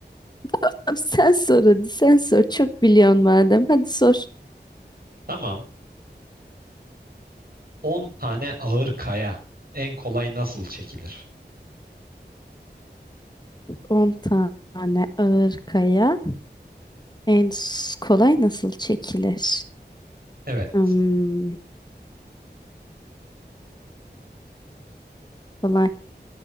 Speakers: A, on the left (about 25°); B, on the right (about 55°).
A: Tamam, Sen sor hadi. Sen sor. Çok biliyorsun madem. Hadi sor.
B: Tamam. 10 tane ağır kaya. En kolay nasıl çekilir?
A: 10 tane ağır kaya. En s- kolay nasıl çekilir?
B: Evet.
A: Hmm, kolay.